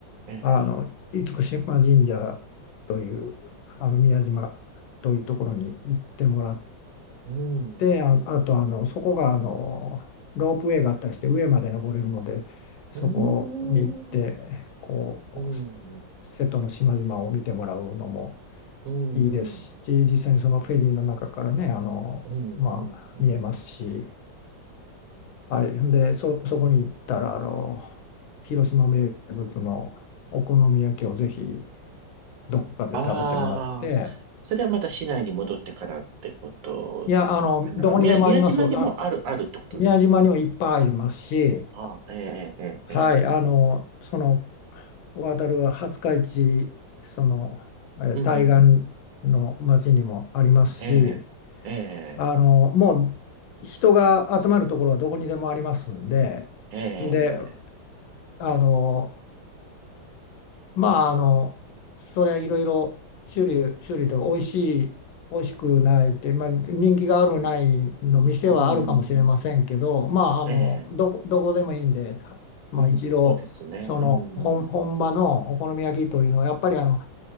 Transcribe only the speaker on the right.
ええ、
うん、
うん、
う
ん、
うん。うーん、
うん、
うん、
うん、
うん、うん、
うん。
ああ、それはまた市内に戻ってからってことですかね。
あ、宮、宮島にもある、
あるってことです。
ああ、ええ、ええ、
ええ、
うん、ええ、ええ、
ええ、
うん、うん
ええ、
うん、
そうですね。
うん、